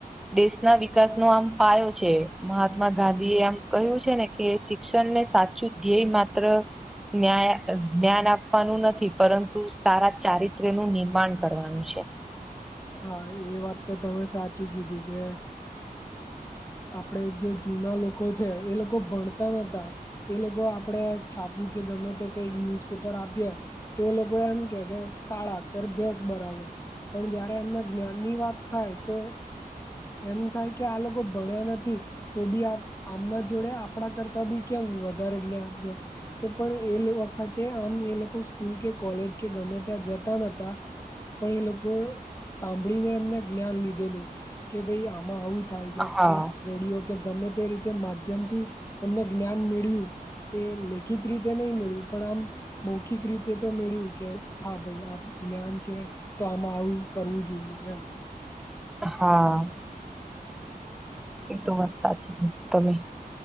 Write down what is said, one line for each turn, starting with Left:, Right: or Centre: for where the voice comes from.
Centre: દેશ ના વિકાસ નો આમ પાયો છેહ્દ મહાત્મા ગાંધી એ આમ કહ્યું છે ને કે શિક્ષણને સાચું ધ્યેય માત્ર ન્યા જ્ઞાન આપવાનું નથી પરંતુ સારા ચારિત્ર્ય નું નિર્માણ કરવાનું છે.
Left: હા એ વાત તો તમે સાચી કીધી કે અ આપડે જે જૂના લોકો છે એ લોકો ભણતા નતા. એ લોકો આપણેે છાપવું કે ગમે તે કઈક ન્યુઝપેપર આપીએ. તો એ લોકો એમ કે કે કાળાક્ષર ભસ બરાબર. પણ જ એમના જ્ઞાન ની વાત થાય તો એમ થાય કે આ લોકો ભણ્યા નથી તો બી આમના જોડે આપણા કરતા બી કેમ વધારે જ્ઞ જે તો પણ એ વખતે આમ એ લોકો સ્કૂલ કે કોલેજ કે ગમે ત્યાં જતા નતા. પણ એ લોકો સાંભળીને એમને જ્ઞાન લીધેલું. કે ભાઈ આમાં આવું થાય છે
Centre: હા
Left: કે રેડિયો કે ગમે તે રીતે માધ્યમથી એમને જ્ઞાન મેળ્યું. એ લેખિત રીતે નહી મેળ્યું. પણ આમ મૌખિક રીતે તો મેળ્યું કે હા ભાઈ આ જ્ઞાન છે. તો આમાં આવું કરવું જોઈએ એમ.
Centre: હા. એ તો વાત સાચી તમે.